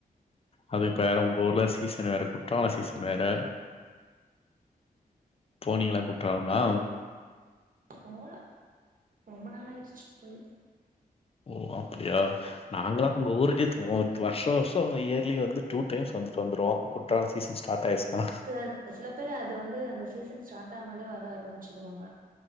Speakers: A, on the left; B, on the right.
A: அது
B: ஆ
A: இப்ப எங்க ஊர்ல வேற குற்றால சீசன் வேற போனீங்களா குற்றாலம்ல்லா
B: போல ரொம்ப நாள் ஆயிடுச்சு போய்
A: ஓ அப்டியா நாங்களா உங்க ஊருக்கு வர்ஷோ வர்ஷோ இயர்லி வந்து டூ டைம்ஸ் வந்துட்டு வந்துருவோ குற்றால சசீசன் ஸ்டார்ட் ஆயிடுச்சுன்னா
B: சர் சில பேரு அது வந்து அந்த சீசன் ஸ்டார்டா னாலே வர ஆரம்பச்சிருவாங்க